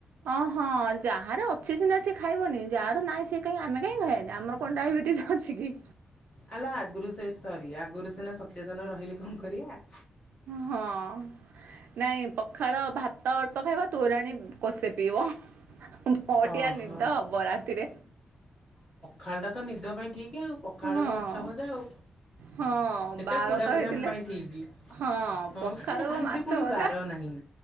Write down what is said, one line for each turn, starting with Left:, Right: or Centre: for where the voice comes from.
Right: ଓ ହଁ ଯାହାର ଅଛି ସିନା ସେ ଖାଇବନି ଯାହାର ନାଇଁ ସେ କାଇଁ ଆମେ କାଇଁ ଖାଇଆନି ଆମର କଣ ଡାଇବେଟିସ୍ ଅଛି କି?
Left: ଆଲୋ ଆଗରୁ ସେ ସରି ଆଗରୁ ସିନା ସଚେତନ ରହିଲେ କଁ କରିଆ।
Right: ହଁ ନାଇଁ ପଖାଳ ଭାତ ଅଳ୍ପ ଖାଇବ, ତୋରାଣୀ କଂସେ ପିଇବ। ବଢିଆ
Left: ଓହୋ
Right: ନିଦ ହବ ରାତିରେ।
Left: ଖାଳଟା ତ ନିଦ ପାଇଁ ଠିକ୍ ଆଉ ପଖାଳକୁ
Right: ହଁ
Left: ମାଛ ଭଜା ଆଉ।
Right: ହଁ
Left: ସେଟା
Right: ବାର
Left: ପୁରାପୁରି
Right: ତ ହେଇଥିଲେ
Left: ଆମ ପାଇଁ ଠିକ
Right: ହଁ
Left: ହଁ
Right: ପଖାଳକୁ
Left: ଆଜି
Right: ମାଛ
Left: ପୁଣି
Right: ଭଜା
Left: ବାର ନାହିଁ।